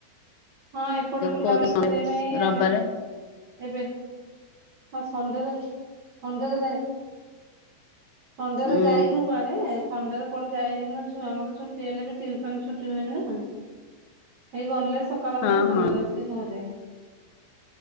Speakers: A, on the right; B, on the left.
A: ହଁ ଏପଟେ ବୁଲାବୁଲି
B: କୋଉ
A: କରିବା ପାଇଁ
B: ରବିବାରେ
A: ଏବେ, ଏବେ ହଁ ସଣ୍ଡେରେ, ସଣ୍ଡେରେ ଯାଇ ସଣ୍ଡେରେ
B: ଉଁ
A: ଯାଇନୁ କୁଆଡେ, ସଣ୍ଡେ ରେ କୁଆଡେ ଯାଇନୁ, ଛୁଆଙ୍କର ଛୁଟି ହେଲେ ବି ଛୁଟି ହୁଏନି ନା, ହେଇ ଗଲେ ସକାଳ
B: ହଁ
A: ଗଲେ, ସଂଧ୍ୟାରେ
B: ହଁ
A: ଆସିକି ଘରେ